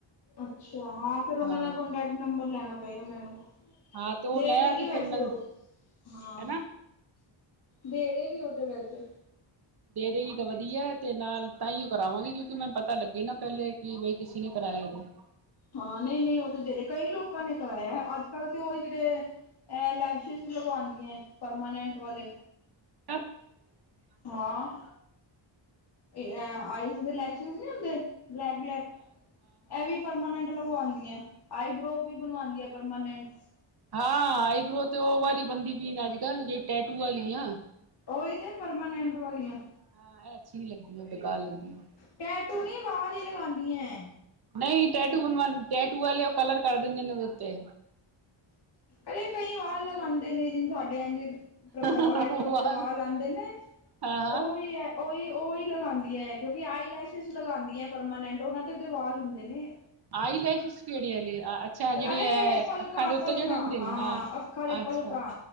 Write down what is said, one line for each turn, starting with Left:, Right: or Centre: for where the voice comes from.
Left: ਅੱਛਾ ਹਾਂ, ਫੇਰ ਓਨਾਂ
Right: ਹਾਂ
Left: ਦਾ ਕੋਂਟੈਕਟ ਨੰਬਰ ਲੈਨਾ ਪਏਗਾ ਮੈੱਨੂ ਕੋ
Right: ਹਾਂ ਤੇ ਉਹ
Left: ਦੇ
Right: ਲੈ
Left: ਦੇਗੀ
Right: ਤੇ
Left: ਵੈਸੇ
Right: ਫਿਰ ਮੈਂ
Left: ਓ, ਹਾਂ
Right: ਹਨਾ
Left: ਦੇ ਦੇਗੀ ਓ ਤੇ ਵੈਸੇ।
Right: ਦੇ ਦੇ ਗੀ ਤੇ ਵਦੀ ਏ, ਤੇ ਨਾਲ ਤਾਈ ਓ ਕਰਾਵਾਂਗੀ ਕਿਊ ਕੀ ਮੈਂਨ ਪਤਾ ਲੱਗੇ ਨਾ ਪੈਲੇ ਕਿ ਵਈ ਕਿਸੇ ਨੇ ਕਰਾਏਆ ਦਾ ਐ।
Left: ਹਾਂ, ਨਈ-ਨਈ ਓ ਤੇ ਦੇਰੇ ਕਈ ਲੋਕਾਂ ਨੇ ਕਰਾਏਆ ਅੱਜ-ਕੱਲ ਤੇ ਓ ਜੇੜੇ ਐਲੈਸੇ਼ਸ਼ ਲਵਾਓਂਦੀਐਂ ਪਰਮਾਨੈਂਟ ਵਾਲੇ।
Right: <unintelligible>
Left: ਹਾਂ, ਏ ਅ ਆਈਜ਼ ਦੇ ਲਾਈਸੇ਼ਸ਼ ਨੀ ਹੁੰਦੇ ਬਲੈਕ ਬਲੈਕ ਇਹ ਵੀ ਪਰਮਾਨੈਂਟ ਲੱਗਵਾਉਂਦੀ ਐ ਆਈਬ੍ਰੋ ਵੀ ਬਣਵਾਉਂਦੀਆਂ ਪਰਮਾਨੈਂਟ।
Right: ਹਾਂ ਆਈਬ੍ਰੋ ਤੇ ਉਹ ਵਾਲੀ ਬਣਦੀ ਪ ਅੱਜ ਕੱਲ੍ਹ ਜੇ ਟੈਟੂ ਵਾਲੀ ਆ।
Left: ਉਹੀ ਤੇ ਪਰਮਾਨੈਂਟ ਵਾਲੀਆਂ।
Right: ਹਾਂ ਇਹ ਅੱਛੀ ਨੀ ਲੱਗਦੀ ਐ ਬੇਕਾਰ ਲੱਗਦੀ ਐ।
Left: ਟੈਟੂ ਨੀ ਵਾਲ ਹੀ ਲਗਾਆਂਦੀ ਐ।
Right: ਨਹੀਂ ਟੈ ਟੂ ਟੈਟੂ ਵਾਲੇ ਉਹ ਕਲਰ ਕਰ ਦਿੰਦੇ ਨੇ ਦੇ ਓਦੇ ਉੱਤੇ।
Left: ਅਰੇ ਕਈ ਵਾਲ ਲਗਾਆਂਦੇ ਨੇ ਜਿਹਨ ਸਾਡੇ ਏਥੇ।
Right: ਵਾਲ
Left: ਆਈਬ੍ਰੋ ਦੇ ਵਾਹਲ ਆਂਦੇ ਨੇ
Right: ਹਾਂ ਹਾਂ
Left: ਉਹ ਵੀ ਉਓਹੀ ਉਹੀ ਲਗਾਉਂਦੀ ਹੈ ਕਿਉਂਕਿ ਆਈਲੈਸ਼ਿਸ ਲਗਾਉਂਦੀ ਹੈ ਪਰਮਾਨੈਂਟ ਉਹਨਾਂ ਦੇ ਵੀ ਵਾਲ ਹੁੰਦੇ ਨੇ।
Right: ਆਈ ਲੈਸ਼ਿਸ ਕੇੜ੍ਹੀ ਆਲੀ। ਅੱਛਾ ਜਿਹੜੀ
Left: ਅਰੇ
Right: ਇਹ
Left: ਪਲਕਾਂ
Right: ਅੱਖਾਂ ਦੇ ਉੱਤੇ
Left: ਪਲਕਾਂ
Right: ਜਿਹੜੇ ਰਹਿੰਦੀ ਹਾਂ
Left: ਅੱਖਾਂ ਦੇ
Right: ਅੱਛਾ।
Left: ਪਲਕਾਂ